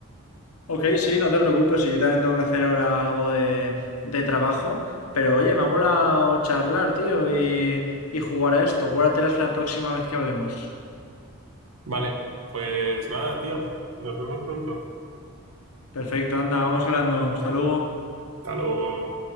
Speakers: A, on the left; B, on the right.
A: Ok, sí, no te preocupes, si yo también tengo que hacer ahora algo de, de trabajo, pero oye, me ha molado charlar, tío, y, y jugar a esto, guárdatelas para la próxima vez que hablemos.
B: Vale, pues nada, tío. Nos vemos pronto.
A: Perfecto, anda, vamos hablando, hasta luego.
B: Hasta luego.